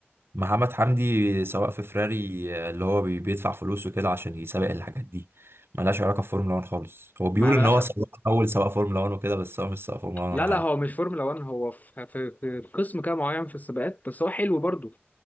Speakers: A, on the right; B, on the left.
A: محمد حمدي سواق في فراري آه، اللي هو بي- بيدفع فلوسه كده عشان يسابق الحاجات دي ملهاش علاقه بفورمولا 1 خالص هو بيقول
B: ما ملهاش
A: ان هو سواق اول سواق فورمولا 1 وكده بس هو مش سواق فورمولا 1
B: لا
A: ولا
B: لا
A: حاجه
B: هو مش فورمولا 1 هو في في في قسم كده معين في السباقات بس هو حلو برضه